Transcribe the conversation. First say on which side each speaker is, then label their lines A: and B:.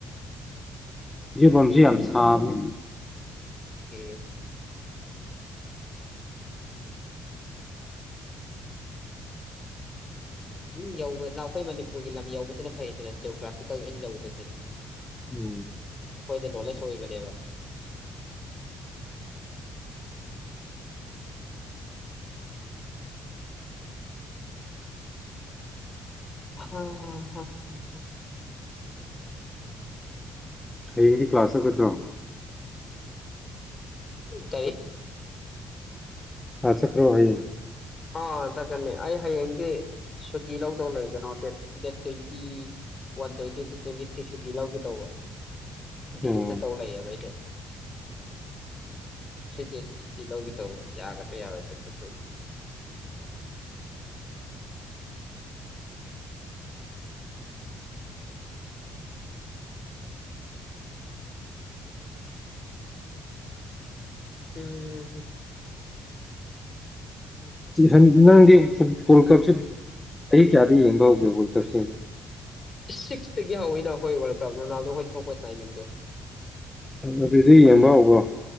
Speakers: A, on the left; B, on the left.
A: ꯖꯤꯔꯤꯕꯥꯝꯁꯤ ꯌꯥꯝ ꯁꯥꯕꯅꯤ꯫
B: ꯑꯦ ꯫ ꯎꯝ ꯌꯧꯕ ꯑꯩꯈꯣꯏ ꯃꯅꯤꯄꯨꯔꯒꯤ ꯂꯝ ꯌꯧꯕꯁꯤꯅ ꯐꯩꯌꯦꯗꯅ ꯖꯤꯑꯣꯒ꯭ꯔꯥꯐꯤꯀꯦꯜ ꯑꯣꯏꯅ ꯌꯧꯕꯁꯦ꯫
A: ꯎꯝ꯫
B: ꯑꯩꯈꯣꯏꯗ ꯅꯣꯂꯦꯖ ꯑꯣꯏꯕꯅꯦꯕ꯫ ꯍ ꯍ꯫ ꯎꯝ꯫ ꯍꯥꯏꯗ꯫
A: ꯍꯌꯦꯡꯗꯤ ꯀ꯭ꯂꯥꯁ ꯆꯠꯀꯗ꯭ꯔꯣ꯫
B: ꯀꯔꯤ꯫
A: ꯁꯀ꯭ꯜ ꯆꯠꯄꯔꯣ ꯍꯌꯦꯡ ꯫
B: ꯑꯥ ꯆꯠꯀꯅꯤ ꯑꯩ ꯍꯌꯦꯡꯗꯤ ꯁꯨꯇꯤ ꯂꯧꯗꯧ ꯂꯩ ꯀꯩꯅꯣ the date twenty one twenty two twenty three ꯁꯨꯇꯤ ꯂꯧꯒꯦ ꯇꯧꯕ꯫ ꯗꯦꯜꯂꯤ
A: ꯑꯣ
B: ꯆꯠꯇꯧ ꯂꯩꯥꯑꯦꯕ ꯑꯩꯁꯦ꯫ ꯊꯔ꯭ꯤ ꯗꯌꯦꯁ ꯁꯨꯇꯤ ꯂꯧꯒꯦ ꯇꯧꯕ ꯌꯥꯒꯗ꯭ꯔꯥ-ꯌꯥꯔꯣꯏꯗꯔꯥꯗꯤ ꯈꯪꯗꯦ꯫ ꯎꯝ꯫
A: ꯎꯝ ꯅꯪꯗꯤ ꯋꯥꯔꯜ ꯀꯞꯁꯦ ꯆꯍꯤ ꯀꯌꯥꯗ ꯌꯦꯡꯕ ꯍꯧꯒꯦ ꯋꯥꯔꯜ ꯀꯞꯁꯦ ꯌꯦꯡꯕ꯫
B: ꯁꯤꯛꯁꯇꯒꯤ ꯍꯧꯋꯤꯅ ꯑꯩꯈꯣꯏ ꯋꯥꯔꯜ ꯀꯞ ꯔꯣꯅꯥꯜꯗꯣ ꯍꯣꯏꯅ ꯊꯣꯛꯄ ꯇꯥꯏꯃꯤꯡꯗꯣ꯫
A: ꯑꯗꯨꯗꯗꯤ ꯌꯦꯡꯕ ꯍꯧꯕꯔꯣ꯫